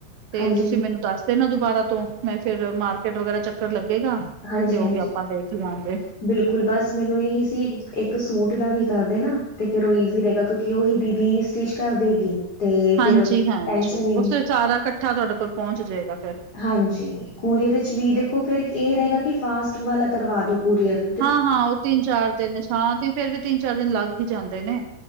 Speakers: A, on the right (about 80°); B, on the left (about 25°).
A: ਤੇ
B: ਹਾਂਜੀ
A: ਤੁਸੀਂ ਮੈਨੂੰ ਦੱਸ ਤੇ ਨਾ ਦੁਬਾਰਾ ਤੋਂ ਮੈਂ ਫੇਰ ਮਾਰਕੀਟ ਵਗੈਰਾ ਚੱਕਰ ਲੱਗੇਗਾ।
B: ਹਾਂਜੀ
A: ਤੇ ਉਹ
B: -ਹਾਂਜੀ
A: ਵੀ ਆਪਾਂ ਦੇਖ ਲਾਂਗੇ,
B: ਬਿਲਕੁਲ ਬਸ ਮੈਨੂੰ ਇਹੀ ਸੀ ਇੱਕ ਸੂਟ ਦਾ ਵੀ ਕਰਦੇ ਨਾ ਤੇ ਫੇਰ ਉਹ ਈਜ਼ੀ ਰਹੇਗਾ ਕਿਉਂਕਿ ਉਹਹੀ ਦੀਦੀ ਸਟਿਚ ਕਰ ਦੇਗੀ। ਤੇ
A: ਹਾਂਜੀ
B: ਫਿਰ
A: -ਹਾਂਜੀ
B: ਟੈਨਸ਼ਨ ਹੀ ਨਹੀਂ
A: ਉਹ ਸਾਰਾ ਇਕੱਠਾ ਤੁਹਾਡੇ ਕੋਲ ਪਹੁੰਚ ਜਾਏਗਾ ਫਿਰ
B: ਹਾਂਜੀ ਕੋਰੀਅਰ ਵਿੱਚ ਵੀ ਦੇਖੋ ਫਿਰ ਇਹ ਰਹੇਗਾ ਕਿ ਫਾਸਟ ਵਾਲਾ ਕਰਵਾ ਦੋ ਕੋਰੀਅਰ
A: ਹਾਂ-ਹਾਂ ਉਹ ਤਿੰਨ ਚਾਰ ਦਿਨ ਛਾਂ ਤੇ ਫੇਰ ਵੀ ਤਿੰਨ ਚਾਰ ਦਿਨ ਲੱਗ ਹੀ ਜਾਂਦੇ ਨੇ।